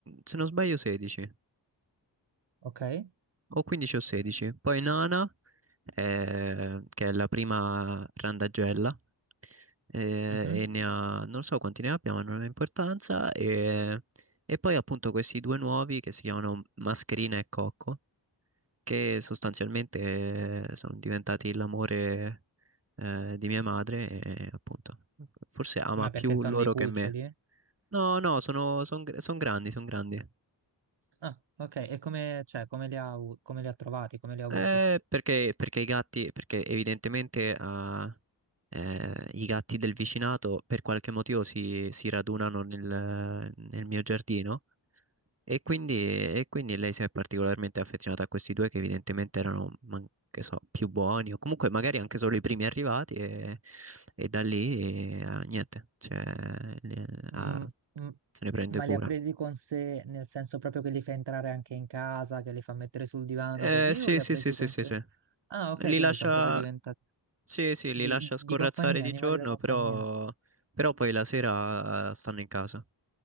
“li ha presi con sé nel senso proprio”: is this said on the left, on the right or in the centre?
Right